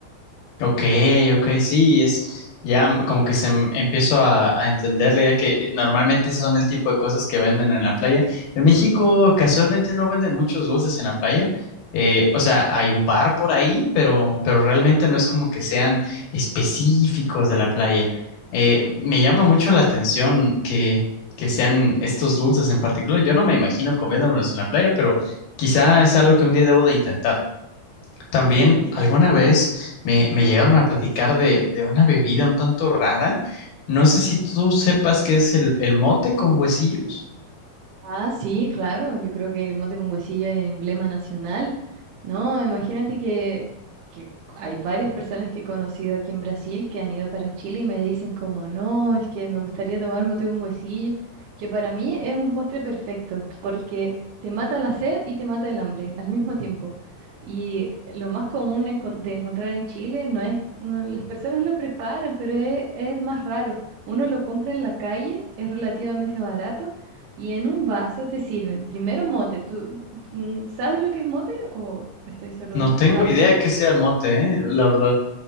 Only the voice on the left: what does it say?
Ok, ok, sí, es ya m- como que se m- empiezo a, a entender la idea que eh, normalmente esos son el tipo de cosas que venden en la playa. En México casualmente no venden muchos dulces en la playa. eh, o sea, hay un par por ahí, pero, pero realmente no es como que sean específicos de la playa. Eh, me llama mucho la atención que, que sean estos dulces en particular. Yo no me imagino comiéndomelos en la playa, pero quizá es algo que un día debo de intentar. También
alguna vez me, me llegaron a platicar de, de una bebida un tanto rara. No sé si tú sepas qué es el, el mote con huesillos.
No tengo
idea qué sea el mote, eh, la verdad. O